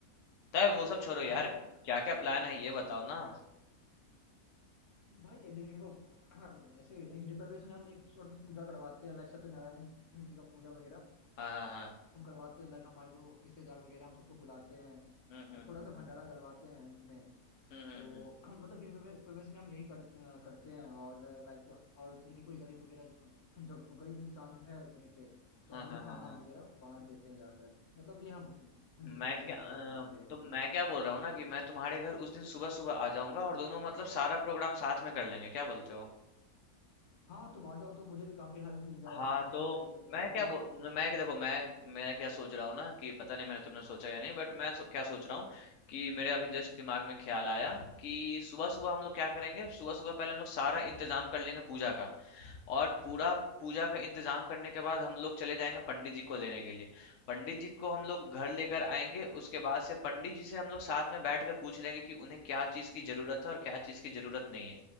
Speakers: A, on the left (about 60°); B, on the left (about 80°).
A: तब वो सब छोड़ो यार
B: हाँ भाई
A: क्या क्या प्लान है ये बताओ ना
B: भाई ये देखो <clears throat> ऐसे गृह प्रवेश में हम एक थोड़ा सा पूजा करवाते हैं लाइक सत्यनारायण जी का पूजा वगैरह
A: हाँ हाँ हाँ
B: हम करवाते हैं लाइक हमारे जो रिश्तेदार वगैरह हम सबको बुलाते हैं
A: हम्म हम्म
B: और छोटा सा भंडारा
A: हम्म
B: करवाते हैं उसमें
A: हम्म हम्म
B: तो
A: हम्म, हम्म,
B: <clears throat> मतलब गृह प्रवे- प्रवेश में हम यही कर, अ, करते हैं और लाइक और यदि कोई गरीब वगैरह जब गरीब इंसान है कहीं पे तो
A: हाँ
B: हम उन्हें
A: हाँ
B: खाना
A: हाँ हाँ
B: वगैरह बांट देते हैं जाकर मतलब ये हम गृह
A: मैं
B: प्रवेश
A: क्या
B: में हम
A: अ,
B: कर, करते हैं
A: तो
B: तो
A: मैं क्या बोल रहा हूँ ना कि मैं तुम्हारे घर उस दिन सुबह सुबह आ जाऊंगा और दोनों मतलब सारा प्रोग्राम साथ में कर लेंगे क्या बोलते हो
B: हाँ तुम आ जाओ तो मुझे भी काफी हेल्प मिल जाएगी
A: हाँ
B: साथ
A: तो
B: में करेंगे पूरा
A: मैं
B: क्योंकि
A: क्या बोल मैं क्या देखो मैं मैं क्या सोच रहा हूँ ना कि पता नहीं मैंने तुमने सोचा या नहीं बट मैं सो, क्या सोच रहा हूँ कि मेरे अभी जस्ट दिमाग में ख्याल आया कि सुबह सुबह हम लोग क्या करेंगे सुबह सुबह पहले हम लोग सारा इंतजाम कर लेंगे पूजा का और पूरा पूजा का इंतजाम करने के बाद हम लोग चले जाएंगे पंडित जी को लेने के लिए पंडित जी को हम लोग घर लेकर आएंगे उसके बाद से पंडित जी से हम लोग साथ में बैठ कर पूछ लेंगे कि उन्हें क्या चीज़ की ज़रूरत है और क्या चीज़ की ज़रूरत नहीं है